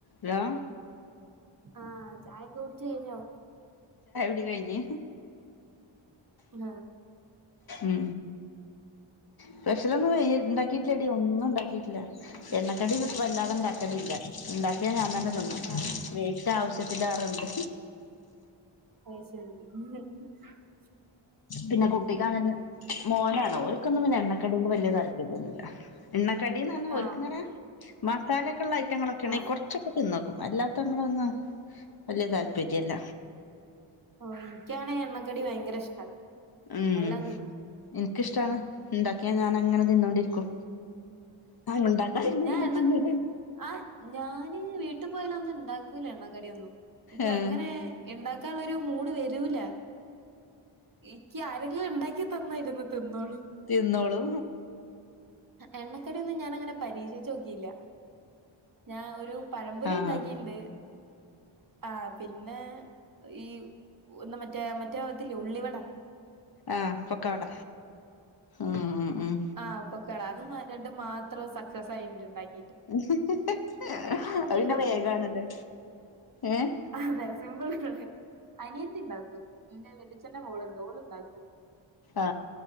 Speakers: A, on the left (about 50°); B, on the right (about 40°).
A: ഹലോ
B: ആ ചായൊക്കെ കുടിച്ച് കെഴിഞ്ഞോ
A: <unintelligible> കുട്ച്ച് കഴിഞ്ഞ്
B: ആ
A: മ് സ്പെഷ്യലൊന്നും വെയ്യ ഇണ്ടാക്കിട്ടില്ലടി ഒന്നും ഇണ്ടാക്കി ല്ല എണ്ണക്കടിന്നും ഇപ്പം വല്ലാതെ ഇണ്ടാക്കാലില്ല
B: ആഹ്
A: ഇണ്ടാക്കിയാ ഞാൻ തന്നെ തി ന്നും
B: ആഹ്
A: വെയിറ്റ് ആവിശ്യത്തിലേറെണ്ട്
B: ആഹ് ശെരി <unintelligible>
A: പിന്നെ കുട്ടിക്ക് അങ്ങനെ മോനാണ് ഓൽക്കൊന്നും പിന്നെ എണ്ണ കടിയോട് വല്ല്യ താൽപര്യല്ല. <unintelligible> എണ്ണ കടീന്ന്റഞ്ഞാ
B: ആഹ്
A: ഓൽക്ക്‌ ഇങ്ങനെ മസാലക്കള്ള ഐറ്റങ്ങളൊക്കെണേൽ
B: ആഹ്
A: കൊറച്ചൊക്കെ തിന്നോക്കും <unintelligible> ല്ലാത്ത <unintelligible> ളൊന്നും വല്ല്യ താല്പര്യല്ല
B: ഓ എനിക്കാണേ എണ്ണക്കടി വയങ്കര ഇഷ്ടാ
A: മ്
B: എല്ലാം തിന്നും
A: ഇൻക്കിഷ്ടാണ് ഇണ്ടാക്കിയാ ഞാനങ്ങനെ തിന്നോണ്ടിരിക്കും ആ ഉണ്ടാക്കാതിരുന്നാ
B: ഞാ
A: പിന്നെ
B: എണ്ണക്ക
A: തിന്നൂല
B: <unintelligible> ആ ഞാന് വീട്ട് പോയാലൊന്നും ഇണ്ടാക്കൂല്ല എണ്ണക്കടിയൊന്നും ഇക്കങ്ങനെ
A: ഏഹ്
B: ഇണ്ടാക്കളെളാരു മൂഡ് വെരുല്ല നിക്ക് ആരെങ്കിലും ഉണ്ടാക്കി തന്നായിരുന്നു തിന്നോളൂ
A: തിന്നോളൂ
B: എണ്ണക്കടിയൊന്നും ഞാനങ്ങനെ പരീക്ഷിച്ചോക്കീല്ല ഞാ ഒരു പഴമ്പൊരിണ്ടാക്കിണ്ട്
A: ആഹ്
B: ആ പിന്നെ ഈ ന്നാ മറ്റേ മറ്റേ ഇതില്ലേ ഉള്ളിവടാ
A: ആഹ പൊക്കവട മ് മ് മ്
B: ആഹ് പൊക്കട അത് മ രണ്ടും മാത്രം സക്സസ് ആയിട്ട്ണ്ടാക്കി
A: അത് പിന്നെ
B: ഇണ്ടാക്കും
A: വേഗാണല്ലോ ഏഹ്
B: അതെ സിമ്പിളാണ് അനിയത്തി ണ്ടാക്കും എന്റെ വല്യച്ഛന്റെ മോള്ണ്ട് ഓള്ണ്ടാക്കും.
A: ആ